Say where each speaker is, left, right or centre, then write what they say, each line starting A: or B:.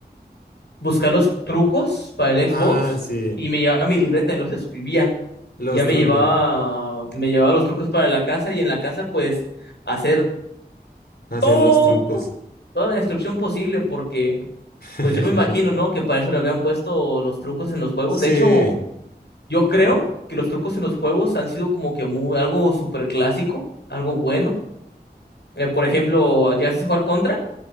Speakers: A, on the left; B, on the left.
A: buscar los trucos para el
B: Ah,
A: Xbox
B: sí,
A: y me llevaba mi libreta y los escribía.
B: los
A: Ya me
B: trucos.
A: llevaba, me llevaba los trucos para la casa y en la casa pues hacer
B: Hacer
A: todo,
B: los trucos.
A: toda la destrucción posible porque...
B: <laughs>
A: Pues yo me imagino, ¿no? Que para eso le habían puesto los trucos en los juegos.
B: Sí.
A: De hecho, yo creo que los trucos en los juegos han sido como que muy, algo súper clásico, algo bueno. Eh, por ejemplo, llegaste a jugar contra,